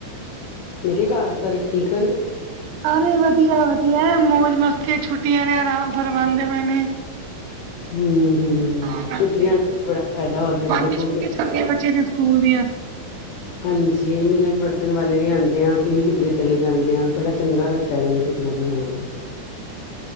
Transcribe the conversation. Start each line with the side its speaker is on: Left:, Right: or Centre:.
Left: ਮੈਂ ਕਿਆ ਕਾਰ ਸਾਰੇ ਠੀਕ ਹਨ?
Right: ਸਾਰੇ ਵਧੀਆ ਏ ਵਧੀਆ ਏ, ਮੌਜ ਮਸਤੀ ਛੁੱਟੀਆਂ ਨੇ, ਆਰਾਮ ਫਰਮਾਣਦੇ ਬਏ ਨੇ।
Left: ਹੂ-ਹੂ
Right: ਤਾਂ ਕਰਕੇ
Left: ਛੁੱਟੀਆਂ ਦਾ ਬੜਾ ਫਾਇਦਾ ਹੋਦਾ ਹੈ,
Right: ਹਾਂਜੀ
Left: ਦੇਖੋ
Right: ਛੁੱਟੀਆਂ
Left: ਕਿ
Right: ਚੱਲ ਰਹੀਆਂ ਬੱਚੇ ਦੀ
Left: <inaudible>
Right: ਸਕੂਲ
Left: <inaudible>
Right: ਦੀਆਂ
Left: ਹਾਂਜੀ, ਮਿਲਣ ਵਰਤਣ ਵਾਲੇ ਵੀ ਆਉਂਦੇ ਆ, ਅਸੀਂ ਵੀ ਕਿਧਰੇ ਚਲੇ ਜਾਂਦੇ ਆ, ਬੜਾ ਚੰਗਾ ਲੱਗ ਦਾ ਮੈਨੂੰ ਛੁੱਟੀਆਂ ਦਾ ਮਾਹੌਲ।